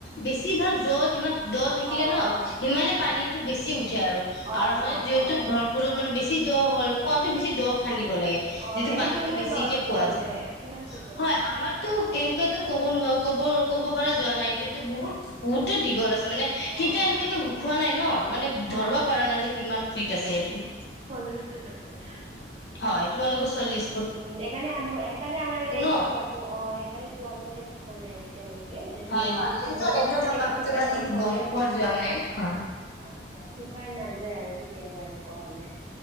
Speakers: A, on the left; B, on the right.
A: বেছিভাগ দজ ইমান দ থাকিলে
B: অ',
A: ন
B: অ',
A: সিমানে
B: হয়।
A: পানীতটো বেচি উঠে আৰু
B: অ',
A: আৰু মানে
B: অ',
A: যিহেতু
B: হয়
A: ঘৰবোৰত মানে বেছি, দ' হ'ল কুঁৱাতটো বেছি দ' খান্দিব লাগে
B: অ',
A: যিটো
B: এনে
A: পানী
B: কিমান
A: বেছিকে
B: দ আছে
A: পোৱা
B: তোমালোকে
A: যায়
B: কিমান ফুটৰ
A: হয়
B: আছে?
A: আমাৰতো তেনেকুৱাতো কব নোৱাৰা ক'ব। ক'ব পৰা যোৱা নাই যিহেতু বহুত বহুততে দীঘল আছে। মানে কেতিয়া
B: অ',
A: এনেকুৱাকে শুখোৱা নাই ন মানে
B: অ',
A: ধৰিব পৰা নাই যে কিমান ফিট আছে সেইটো-
B: ইলিছজছে <inaudible>
A: হয় তো মালোকো চল্লিছ
B: উম সকাৰণে সেইকাৰণে আমাৰ মানে এইটো
A: ন
B: কোৱাাতটো অ সেইণে কোৱাাতটো মানে শুকোৱা নাই এতিয়ালৈকে, মানে তোমাৰ
A: হয় হয়
B: যেতিয়া
A: আমিতো
B: যিমানো
A: ৰেন্টত
B: মানে
A: থাকো
B: এইটো
A: আমিতো
B: শুকান
A: ইমান
B: দিন হলেও
A: গম পোৱা
B: নুশুকাই
A: যোৱা নাই
B: আ
A: হয়
B: আা শুকাই নাযায় আৰু কেতিয়াবা এনেকুৱা হলে